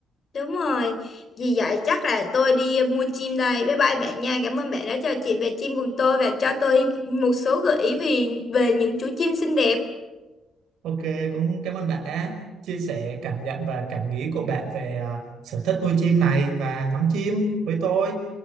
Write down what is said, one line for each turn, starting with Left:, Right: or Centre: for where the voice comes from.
Left: Đúng rồi. Vì vậy chắc là tôi đi mua chim đây. Bye bye bạn nha. Cảm ơn bạn đã trò chuyện về chim cùng tôi và cho tôi một số gợi ý về về những chú chim xinh đẹp.
Right: ok cũng cảm ơn bạn đã chia sẻ cảm nhận và cảm nghĩ của bạn về à, sở thích nuôi chim này và ngắm chim với tôi